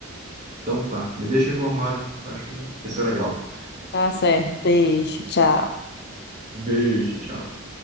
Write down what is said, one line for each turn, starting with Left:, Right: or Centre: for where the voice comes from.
Right: Então tá, me deixa informado. Acho que eu vou- vai ser legal.
Left: Tá certo. Beijo. Tchau.
Right: Beijo, tchau.